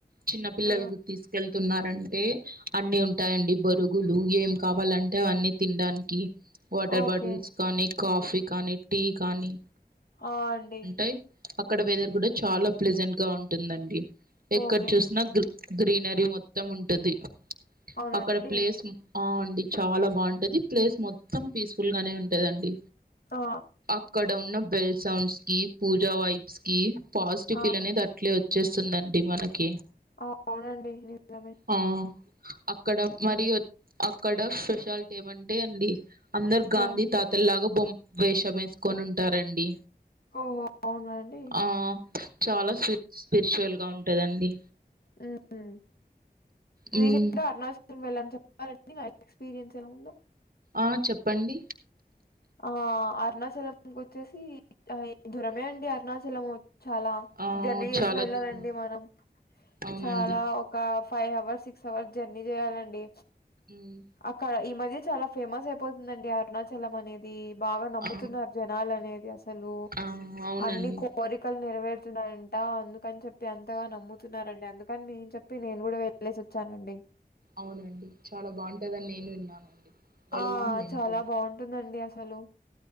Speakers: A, on the right; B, on the left.
A: చిన్న పిల్లలని
B: ఆ!
A: తీసుకెళ్తున్నారంటే అన్ని ఉంటాయండి బోరుగులు ఏం కావాలంటే అవన్నీ తినడానికి వాటర్
B: ఓకే.
A: బాటిల్స్ కానీ కాఫీ కానీ టీ కానీ
B: ఆ అండి
A: ఏ అక్కడ వెదర్ కూడా చాలా ప్లెజెంట్ గా ఉంటుందండి ఎక్కడ
B: ఓకే.
A: చూసిన గ్లె గ్రీనరీ మొత్తం ఉంటుంది
B: అవునా
A: అక్కడ
B: అండి?
A: ప్లేస్ ఆ అండి చాలా బాగుంటది ప్లేస్ మొత్తం పీస్ఫుల్ గానే ఉంటదండి
B: ఆ
A: ఇక్కడ ఉన్న బెల్ సౌండ్స్ కి పూజా వైబ్స్ కి పాజిటివ్
B: ఆ!
A: ఫీల్ అనేది అట్లే వ చ్చేస్తుందండి మనకి
B: అవునండి నిజమే
A: ఆ అక్కడ
B: హ్మ్.
A: మరి వ అక్కడ స్పెషాలిటీ ఏమంటే అండి అందరు గాంధీ
B: ఆ!
A: తాతల్లాగా బొమ్ వేషం వేసుకొని ఉంటారండి
B: ఓహో అవునా అండి?
A: ఆ చాలా స్ స్పిరిచువల్ గా ఉంటదండి
B: మ్మ్
A: హ్మ్.
B: రీసెంట్ <inaudible> గా అరుణాచల్ <inaudible> వెళ్ళొచ్చాం <inaudible> ఇగ ఎక్స్పీరియన్స్ ఎలా ఉందో
A: ఆ చెప్పండి
B: ఆ అరుణాచలం వచ్చేసి <inaudible> దూరమే అండి అరుణాచలం చాలా
A: ఆ!
B: జర్నీ చేసి
A: చాలా
B: వెళ్ళాలండి
A: దూరం.
B: మనం
A: అవునండి.
B: చాలా ఒక five hours six hours journey చేయ్యాలండి
A: మ్మ్
B: అక్కడ ఈ మధ్య చాలా ఫేమస్ అయిపోతుందండి అరుణాచలం అనేది బాగా నమ్ముతున్నారు
A: ఆ!
B: జనాలు అనేది అసలు
A: ఆ! అవునండి.
B: అన్ని కు కోరికలు నెరవేరుతున్నాయంట అందుకని చెప్పి అంతగా నమ్ముతున్నారండి అందుకని నేను చెప్పి నేను కూడా వెల్ లేసి వచ్చానండి
A: అవునండి చాలా బాగుంటదని నేను విన్నానండి వెళ్ళాం
B: ఆ
A: మేము
B: చాలా
A: కూడా.
B: బాగుంటుందండి అసలు